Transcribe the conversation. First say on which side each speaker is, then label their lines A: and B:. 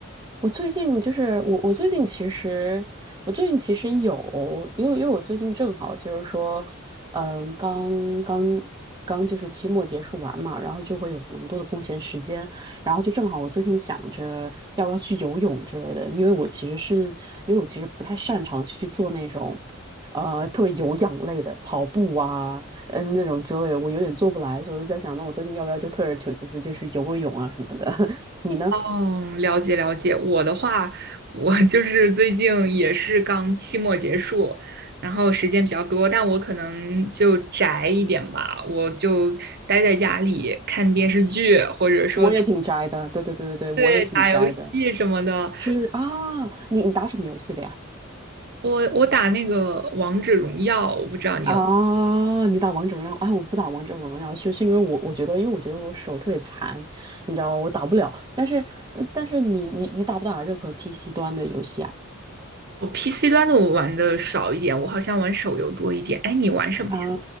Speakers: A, on the right; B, on the right.
A: 我最近就是我，我最近其实，我最近其实有，因为因为我最近正好就是说，嗯，刚刚刚就是期末结束完嘛，然后就会有蛮多的空闲时间，然后就正好我最近想着要不要去游泳之类的，因为我其实是，因为我其实不太擅长去做那种，呃，特别有氧类的跑步啊，嗯，那种之类的我有点做不来，所以我就在想，那我最近要不要就退而求其次，就去游个泳啊什么的，<laughs> 你呢？
B: 嗯，了解了解。我的话，我 <laughs> 就是最近也是刚期末结束，然后时间比较多，但我可能就宅一点吧，我就待在家里看电视剧，或者说
A: 我也挺宅的，
B: <laughs> 在
A: 对对对对对，我也挺宅的。
B: 对打游戏什么的。
A: 是啊，你你打什么游戏的呀？
B: 我我打那个王者荣耀，我不知道你有。
A: 啊，你打王者荣耀？哎，我不打王者荣耀，是是因为我我觉得，因为我觉得我手特别残，你知道吗？我打不了。但是嗯但是你你你打不打任何 PC 端的游戏啊？
B: 我 PC 端的我玩的少一点，我好像玩手游多一点。哎，你玩什么呀？
A: 啊，